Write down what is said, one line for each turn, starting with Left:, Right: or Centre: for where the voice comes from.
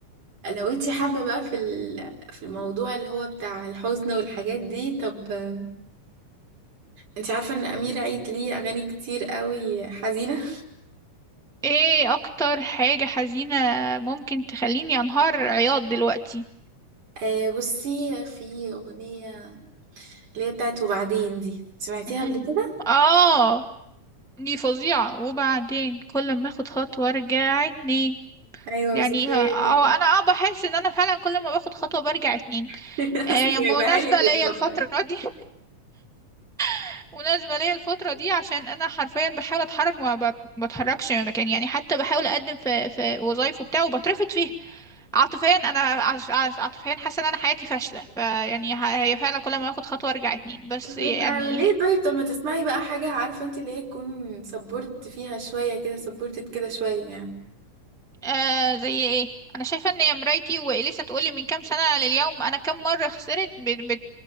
Right: لو انتي حابه بقى في ال- في الموضوع اللي هو بتاع الحزن والحاجات دي طب آه، انتي عارفه ان امير عيد ليه اغاني كتير قوي حزينه
Centre: ايه اكتر حاجة حزينة ممكن تخليني انهار عياط دلوقتي
Right: <laughs> آه بصي في اغنيه اللي هي بتاعت وبعدين دي سمعتيها
Centre: <laughs>
Right: قبل كده
Centre: اه دي فظيعة وبعدين كل ما اخد خطوة ارجع اتنين
Right: ايوه
Centre: يعني
Right: بالظبط هي
Centre: اه أو
Right: دي
Centre: انا اه بحس ان انا فعلا كل ما باخد خطوة برجع اتنين
Right: <laughs> بس
Centre: آه يعني
Right: جايبها
Centre: مناسبة
Right: لك
Centre: ليا
Right: بالظبط
Centre: الفترة دي <laughs> مناسبة ليا الفترة دي عشان انا حرفيا بحاول اتحرك ما بت- بتحركش من مكاني يعني حتى بحاول اقدم في في وظايف وبتاع وبترفض فيها عاطفيا انا عش- عش- عاطفيا حاسه ان انا حياتي فاشله فيعني ه- هي فعلا كل ما اخد خطوه ارجع اتنين بس
Right: طب
Centre: يعني
Right: يبقى ليه طيب طب ما تسمعي بقى حاجة عارفة انت اللي هي تكون سبورت فيها شوية كده سبورتت كده شوية يعني
Centre: آه زي ايه انا شايفه ان يا مرايتي واليسا تقولي من كام سنه لليوم انا كام مره خسرت بت بت